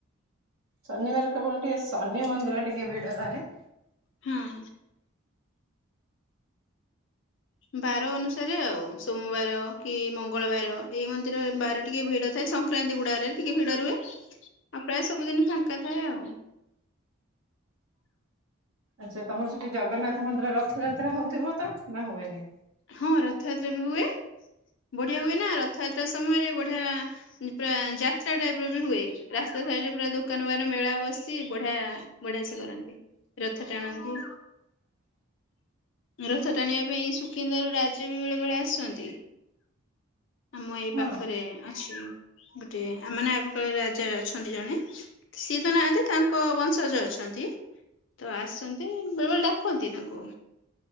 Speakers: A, on the right; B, on the left.
A: ଶନିବାର କେବଳ ଟିକେ ଶନି ମନ୍ଦିର ଟିକେ ଭିଡ଼ ରହେ।
B: ହଁ। ବାର ଅନୁସାରେ ଆଉ ସୋମବାର କି ମଙ୍ଗଳବାର। ଏଇ ମନ୍ଦିରରେ ବାର ଟିକେ ଭିଡ଼ ଥାଏ ସଂକ୍ରାନ୍ତି ଗୁଡ଼ା ରେ ଟିକେ ଭିଡ଼ ରୁହେ ଆଉ ପ୍ରାୟ ସବୁଦିନ ଫାଙ୍କା ଥାଏ ଆଉ।
A: ଆଚ୍ଛା ତମର ସେଠି ଜଗନ୍ନାଥ ମନ୍ଦିର ରଥଯାତ୍ରା ହଉଥିବ ତ ନା ହୁଏନି?
B: ହଁ ରଥଯାତ୍ରା ବି ହୁଏ ବଢ଼ିଆ ହୁଏ ନା ରଥଯାତ୍ରା ସମୟରେ ବଢ଼ିଆ ପୁରା ଯାତ୍ରା ଟାଇପ୍ ର ବି ହୁଏ ରାସ୍ତା ସାଇଟ୍ ରେପୁରା ଦୋକାନ ମାନମେଳା ବସିଚି ବଢ଼ିଆ ବଢ଼ିଆ ସେ କରନ୍ତି। ରଥ ଟାଣନ୍ତି ରଥ ଟାଣିବା ପାଇଁ ଶୁ କିନ୍ଦାରୁରାଜ ବି ବେଳେ ବେଳେ ଆସନ୍ତି। ଆମ ଏଇ
A: ନାଇଁ
B: ପାଖରେ ଅଛି ଗୋଟିଏ ଆମାନେ ଆଗକୁ ସେ ରାଜରେ ଅଛନ୍ତି ଜଣେ ସିଏ ତ ନାହାନ୍ତି ତାଙ୍କ ବଂଶଜ ଅଛନ୍ତି। ତ ଆସନ୍ତି ବେଳେ ବେଳେ ଡାକନ୍ତି ତାଙ୍କୁ